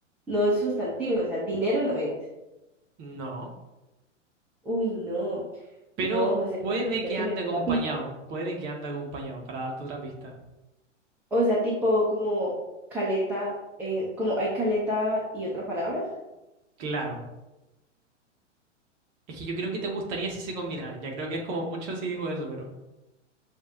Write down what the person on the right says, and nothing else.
No.
Pero
puede
que
ande
acompañado,
puede que ande acompañado, para darte otra pista.
Claro. Es que yo creo que te gustaría si se combinaran. Ya creo que es como mucho si digo eso, pero...